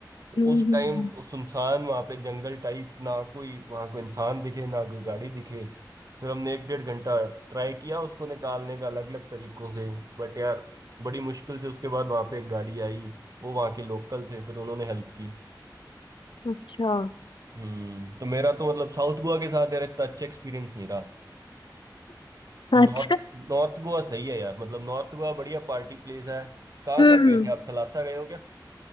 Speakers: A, on the right; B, on the left.
A: तो
B: हम्म,
A: उस
B: हम्म,
A: टाइम
B: हम्म,
A: सुनसान वहां पे जंगल टाइप ना कोई वहां कोई इंसान दिखे ना कोई गाड़ी दिखे फिर हमने एक डेढ़ घंटा ट्राई किया उसको निकालने का अलग अलग तरीकों से बट यार बड़ी मुश्किल से उसके बाद वहां पे एक गाड़ी आई वो वहां के लोकल थे फिर उन्होंने हेल्प की
B: अच्छा
A: हम्म तो मेरा तो मतलब साउथ गोवा के साथ यार इतना अच्छा एक्सपीरियंस नहीं रहा।
B: अच्छा
A: नॉर्थ नॉर्थ गोवा सही है यार मतलब नॉर्थ गोवा बढ़िया पार्टी प्लेस है कहाँ
B: हम्म
A: कहाँ गए थे आप थलासा गए हो क्या